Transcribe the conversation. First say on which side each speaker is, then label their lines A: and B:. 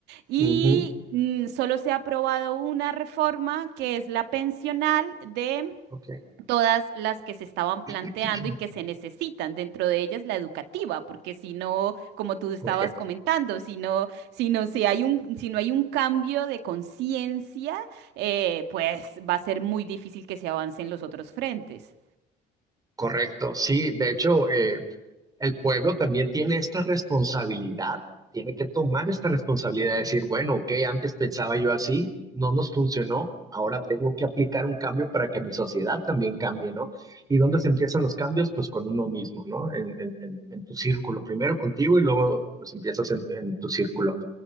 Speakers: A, on the right; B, on the right.
A: y
B: Ujú.
A: mm, solo se ha aprobado una reforma que es la pensional de
B: Ok.
A: todas las que se estaban planteando
B: <clears throat>
A: y que se necesitan, dentro de ellas la educativa, porque si no, como tú estabas
B: Correcto.
A: comentando, si no, si no, si hay un, si no hay un cambio de conciencia, eh, pues va a ser muy difícil que se avancen los otros frentes.
B: Correcto. Sí, de hecho, eh, El pueblo también tiene esta responsabilidad, tiene que tomar esta responsabilidad de decir, bueno, ok, antes pensaba yo así, no nos funcionó, ahora tengo que aplicar un cambio para que mi sociedad también cambie, ¿no? ¿Y dónde se empiezan los cambios? Pues con uno mismo, ¿no? En, en- en- en tu círculo, primero contigo y luego pues empiezas en, en tu círculo.